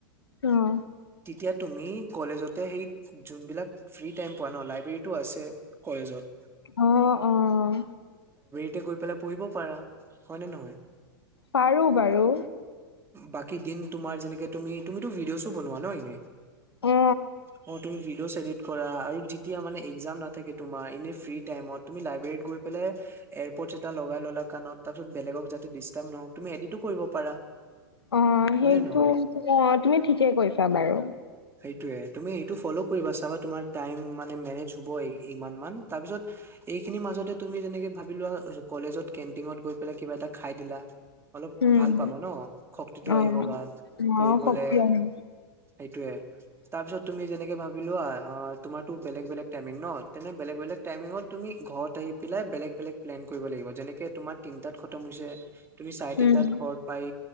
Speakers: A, on the left (about 85°); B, on the right (about 20°).
A: অহ
B: এতিয়া তুমি কলেজতে সেই যোনবিলাক ফ্ৰী, টাইম পোৱা ন, লাইব্ৰেৰীতটো আছে কলেজত।
A: অহ, অহ।
B: তে গৈ, পেলাই পঢ়িব পাৰা, হয় নে নহয়?
A: পাৰো বাৰু।
B: বাকী দিন, তোমাৰ যেনেকে, তুমি, তুমিটো ভিডিঅ'ছ অ, বনোৱা ন এনে।
A: অ
B: অহ, তুমি, ভি ভিদিঅছ এডিট কৰা, আৰু যেতিয়া মানে এক্জাম নাথাকে, তোমাৰ এনে ফ্ৰ্ৰী টাইমত, তুমি লাইব্ৰেৰীত গই পেলায়, এয়াৰপৰ্ট এটা লগাই ল'লা, কানত তাৰপিছত বেলেগক, যাতে ডিষ্টাৰ্ব নহওক, তুমি এডিটো কৰিব পাৰা।
A: অহ, সেইটো
B: হয় নে নহয়
A: অহ, তুমি ঠিকে কৈছা বাৰু।
B: সেইটোয়ে তুমি এইটো ফ'ল' কৰিবা চাবা, তোমাৰ টাইম মানে মেনেজ হ'ব, ইমান মান, তাৰপিছত এইখিনি মাজতে তুমি যেনেকে ভাবি লোৱা, কলেজত কেণ্টিনত গৈ পেলাই, কিবা এটা খাই দিলা। অলপ
A: উম
B: ভাল পাব ন, শক্তিটো
A: অ
B: আহিব গাত পঢ়িবলে,
A: অ শক্তি আহে
B: সেইটোয়ে। তাৰ পিছত, তুমি যেনেকে ভাবিলোৱা, তোমাৰো বেলেগ, বেলেগ টাইমিং ন। তেনে, বেলেগ, বেলেগ টমিঙত তুমি ঘৰত আহি পেলাই, বেলেগ, বেলেগ প্লেন কৰিব লাগিব, যেনেকে তোমাৰ তিনটাত খতম হৈছে। তুমি চাৰে, তিটান
A: উম
B: ঘৰত পায়।